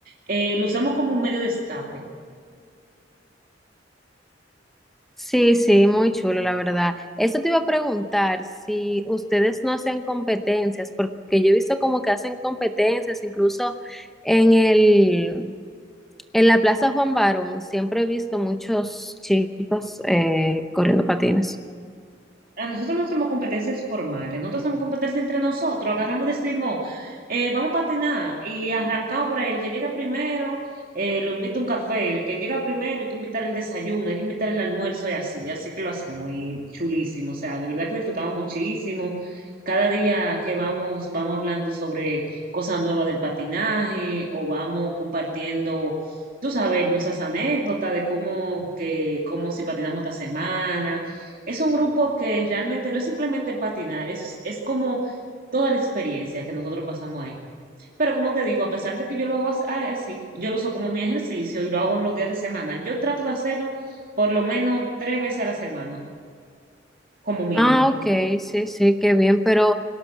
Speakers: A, on the right; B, in the centre.
A: eh, lo usamos como un medio de escape.
B: Sí, sí, muy chulo, la verdad. Eso te iba a preguntar si ustedes no hacen competencias, porque yo he visto como que hacen competencias, incluso en el, en la Plaza Juan Barón, siempre he visto muchos chicos eh, corriendo patines.
A: A nosotros no hacemos competencias formales, nosotros hacemos competencias entre nosotros, agarramos y decimos, eh, vamos a patinar y arrancamos por ahí, el que llega primero eh, lo invita a un café, el que llega primero hay que invitar el desayuno, hay que invitar el almuerzo y así, así que lo hacemos y chulísimo, o sea, de verdad que disfrutamos muchísimo. Cada día que vamos, vamos hablando sobre cosas nuevas del patinaje o vamos compartiendo, tú sabes, nuestras anécdotas de cómo, que, cómo si patinamos esta semana es un grupo que realmente no es simplemente el patinar, es, es como toda la experiencia que nosotros pasamos ahí. Pero como te digo, a pesar de que yo lo hago as- ah, así, yo lo uso como mi ejercicio y lo hago los días de semana. Yo trato de hacerlo por lo menos tres veces a la semana, como mínimo.
B: Ah, ok, sí, sí, qué bien, pero